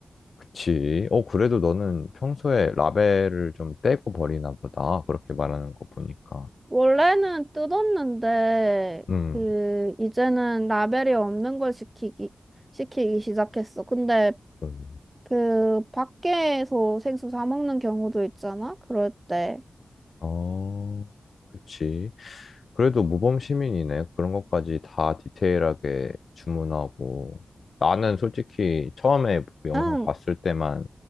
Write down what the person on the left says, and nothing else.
그치. 어, 그래도 너는 평소에 라벨을 좀 떼고 버리나 보다. 그렇게 말하는 거 보니까.
음,
음.
어, 그치. 그래도 모범 시민이네. 그런 것까지 다 디테일하게 주문하고. 나는 솔직히 처음에 그 영상
봤을 때만